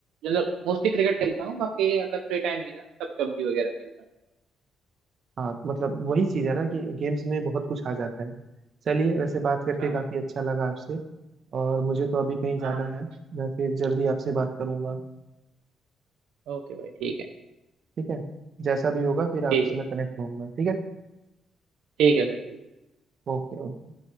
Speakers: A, on the right; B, on the right.
A: मतलब मोस्टली क्रिकेट खेलता हूँ बाकी अगर फ्री टाइम मिला तब पबजी वगैरह खेलता हूँ
B: हाँ मतलब वही चीज है ना कि गेम्स में बहुत कुछ आ जाता है चलिए वैसे बात करके
A: हाँ
B: काफी अच्छा लगा आपसे और मुझे तो अभी कहीं जाना
A: हाँ
B: है मैं फिर जल्दी आपसे बात करूंगा
A: ओके भाई ठीक है
B: ठीक है जैसा भी होगा फिर आपसे
A: ठीक है
B: मैं कनेक्ट होऊंगा ठीक है
A: ठीक है भाई ठीक है
B: Okay okay.